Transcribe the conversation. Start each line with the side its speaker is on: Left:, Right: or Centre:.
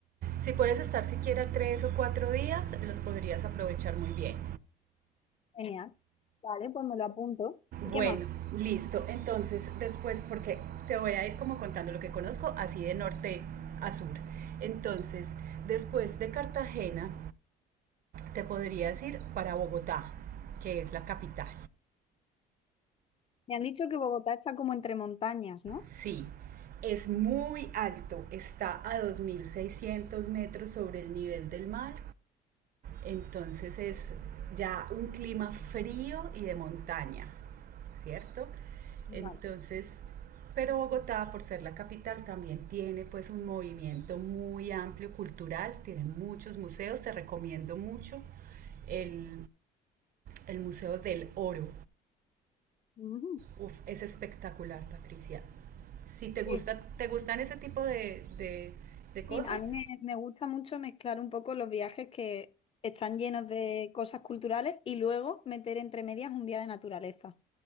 Right: Si puedes estar siquiera tres o cuatro días, los podrías aprovechar muy bien.
Left: Genial. Vale, pues me lo apunto. ¿Y qué
Right: Bueno,
Left: más?
Right: listo. Entonces, después, porque te voy a ir como contando lo que conozco, así de norte a sur. Entonces, después de Cartagena, te podrías ir para Bogotá, que es la capital.
Left: Me han dicho que Bogotá está como entre montañas, ¿no?
Right: Sí, es muy alto, está a 2.600 metros sobre el nivel del mar, entonces es ya un clima frío y de montaña, ¿cierto?
Left: Vale.
Right: Entonces, pero Bogotá, por ser la capital, también tiene pues un movimiento muy amplio cultural, tiene muchos museos, te recomiendo mucho el, el Museo del Oro,
Left: Ujú.
Right: Uf, es espectacular, Patricia. Si te gusta,
Left: Sí,
Right: te gustan ese tipo de, de- de cosas,
Left: Sí, a mí me, me gusta mucho mezclar un poco los viajes que están llenos de cosas culturales y luego meter entre medias un día de naturaleza.